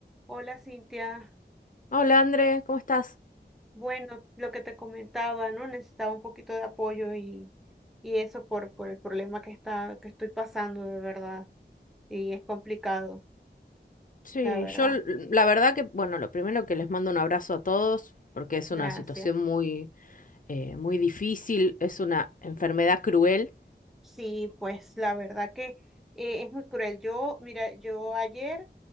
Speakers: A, in the centre; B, on the left.
A: Hola Cintia,
B: Hola André, ¿cómo estás?
A: bueno, lo que te comentaba, ¿no? Necesitaba un poquito de apoyo y, y eso por, por el problema que está, que estoy pasando, de verdad. Y es complicado,
B: Sí,
A: la verdad.
B: yo l- la verdad que, bueno, lo primero que les mando un abrazo a todos, porque es
A: Gracias.
B: una situación muy, eh, muy difícil, es una enfermedad cruel.
A: Sí, pues la verdad que eh, es muy cruel. Yo, mira, yo ayer